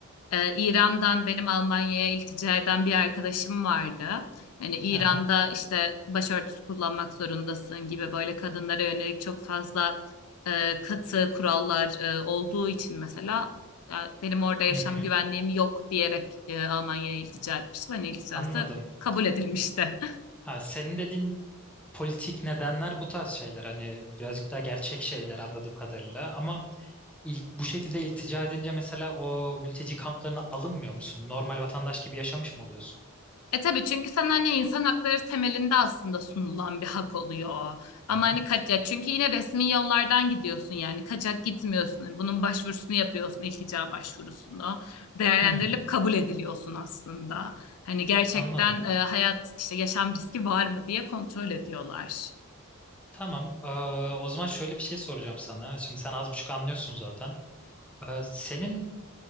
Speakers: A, on the left; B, in the centre.
A: Ee, İran'dan benim Almanya'ya iltica eden bir arkadaşım vardı. Hani İran'da
B: Aha,
A: işte başörtüsü kullanmak zorundasın gibi böyle kadınlara yönelik çok fazla e, katı kurallar e, olduğu için mesela e, benim orada yaşam
B: hı hı,
A: güvenliğim yok diyerek e, Almanya'ya iltica etmiştim. Hani ilticası
B: anladım.
A: kabul edilmişti.
B: Ha, senin dediğin politik nedenler bu tarz şeyler. Hani birazcık daha gerçek şeyler anladığım kadarıyla. Ama ilk bu şekilde iltica edince mesela o mülteci kamplarına alınmıyor musun? Normal vatandaş gibi yaşamış mı oluyorsun?
A: E tabii çünkü sana hani insan hakları temelinde aslında sunulan bir hak oluyor. Ama
B: Hı hı.
A: hani kaçak çünkü yine resmi yollardan gidiyorsun yani kaçak gitmiyorsun. Bunun başvurusunu yapıyorsun, iltica başvurusunu. Değerlendirilip
B: Hmm.
A: kabul ediliyorsun aslında. Hani gerçekten
B: Anladım.
A: e, hayat işte yaşam riski var mı diye kontrol ediyorlar.
B: Tamam. Ee, o zaman şöyle bir şey soracağım sana. Şimdi sen az buçuk anlıyorsun zaten. Ee, senin